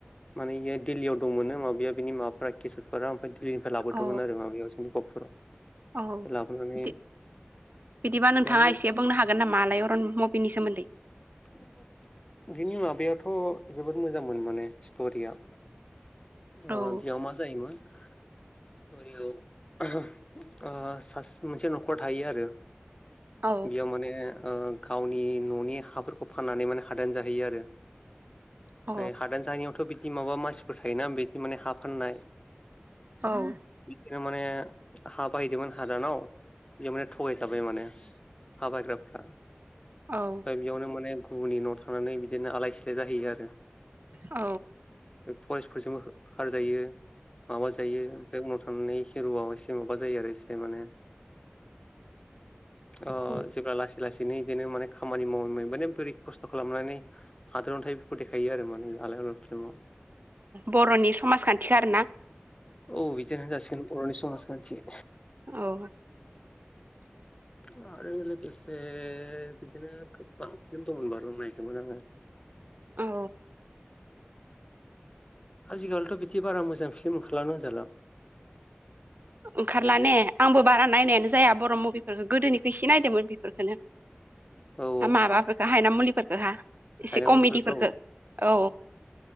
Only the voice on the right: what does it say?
औ
औ
बिदि बिदिबा नोंथाङा
एसे बुंनो हागोन नामा आलायअर'न मबिनि सोमोन्दै?
औ
औ
औ
औ।
औ।
औ
औ
बर'नि समाजखान्थिखो आरोना।
औ।
औ।
ओंखारला ने आंबो बारा नायनायानो जाया बर' मुभिफोरखौ गोदोनिखौ इसे नायदोंमोन बेफोरफोरखोनो।
हा
माबाफोरखो हायना मुलिफोरखो हा। एसे
कमेडिफोरखो
औ